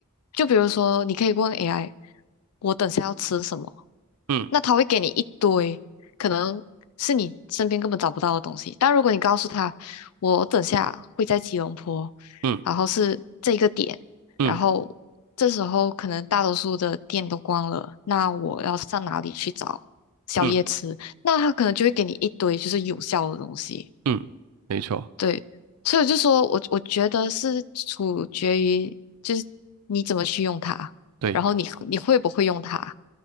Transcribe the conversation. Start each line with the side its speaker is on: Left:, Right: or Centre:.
Left: 就比如说，你可以问 AI，我等下要吃什么，
Right: 嗯
Left: 那他会给你一堆，可能是你身边根本找不到的东西。但如果你告诉他，我等下会在吉隆坡，
Right: 嗯
Left: 然后是这个点，
Right: 嗯
Left: 然后这时候可能大多数的店都关了，那我要上哪里去找宵夜吃？
Right: 嗯
Left: 那他可能就会给你一堆就是有效的东西。
Right: 嗯，没错，
Left: 对，所以我就说我我觉得是取决于就是你怎么去用它，
Right: 对。
Left: 然后你你会不会用它，